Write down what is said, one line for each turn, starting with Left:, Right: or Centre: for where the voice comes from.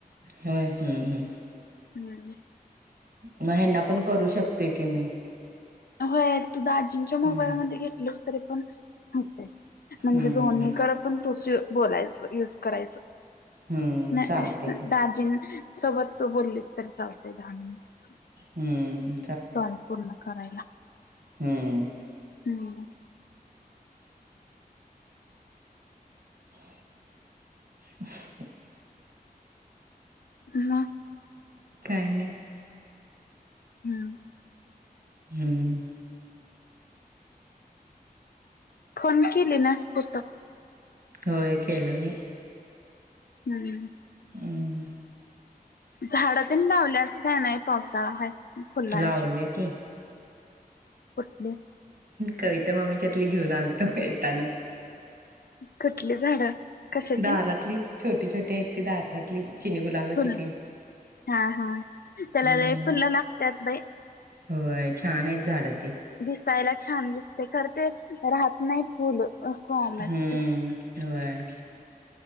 Right: हम्म.
Left: हम्.
Right: मग ह्याना पण करू शकते की मी.
Left: होय तू दाजींच्या मोबालमध्ये
Right: हम्म
Left: घेतलेस तरी पण होते. म्हणजे
Right: हम्म
Left: दोन्हीकड पण तुच बोलायचं युज करायचं.
Right: हम्म
Left: नाही
Right: चालते की
Left: दाजीं सोबत तू बोलीस तरी चालतंय दहा मिनटं.
Right: हम्म.
Left: टन पूर्ण करायला.
Right: हम्.
Left: हम्म.
Right: हं.
Left: मग.
Right: काही नाही.
Left: हम्.
Right: हम्म.
Left: फोन किली नायस कूट.
Right: होय केल नाही.
Left: हम्म.
Right: हमं.
Left: झाडतेनं लावल्यास काही नाही पावसाळा हाय. फुलांची
Right: लावले की.
Left: कुठले?
Right: कविता मामीच्यातली घेऊन आलतो येतान.
Left: कुठली झाडं कशाची
Right: दारातली छोटी छोटी आहेत ती दार दरातली चिनी गुलाबाची
Left: फुल
Right: तीन.
Left: हा हा त्याला
Right: हम्म
Left: लय फुलं लागत्यात बाई.
Right: होय छान आहेत झाड ते.
Left: दिसायला छान दिसते खर ते राहत नाही फुल. कॉम असते
Right: हम्म व्हय.